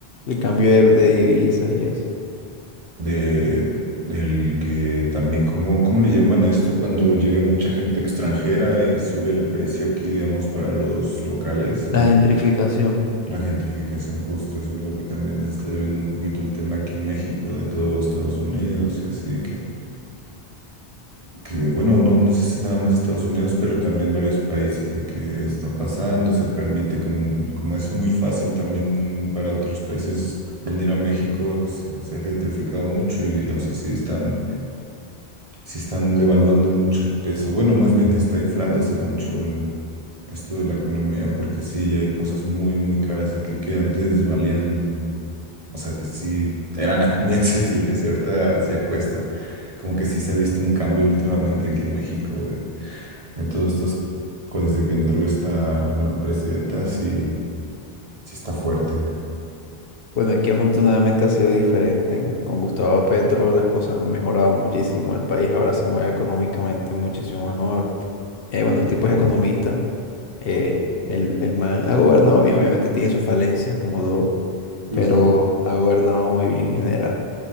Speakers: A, on the left; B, on the right.
A: el cambio de, de divisas y eso.
B: de del que también, ¿cómo, cómo le llaman a esto cuando llega mucha gente extranjera y sube el precio aquí, digamos, para los locales
A: La
B: en México?
A: gentrificación.
B: La gentrificación, justo, eso es lo que también se está viviendo un poquito el tema aquí en México, de todo Estados Unidos y así que, que bueno, no, no sé si nada más Estados Unidos, pero también varios países de que está pasando, se permite, como, como es muy fácil también para otros países venir a México, se, se ha gentrificado mucho y, o sea, sí están se están devaluando mucho el peso. Bueno, más bien está inflándose mucho el- esto de la economía, porque sí, hay cosas muy, muy caras aquí que antes valían, o sea, que sí eran ac- muy <laughs> accesibles y ahorita ya cuesta. Como que sí se ha visto un cambio últimamente aquí en México de, de todos estos, co- desde que entró esta la nueva presidenta, sí, sí está fuerte.
A: Bueno, aquí afortunadamente ha sido diferente. Con con Gustavo Petro las cosas han mejorado muchísimo. El país ahora se mueve económicamente muchísimo mejor. Eh, bueno,
B: Qué
A: el tipo
B: increíble.
A: es economista. eh, el, el man ha gobernado bien, obviamente tiene sus falencias como todo,
B: Eso
A: pero
B: sí.
A: ha gobernado muy bien en general.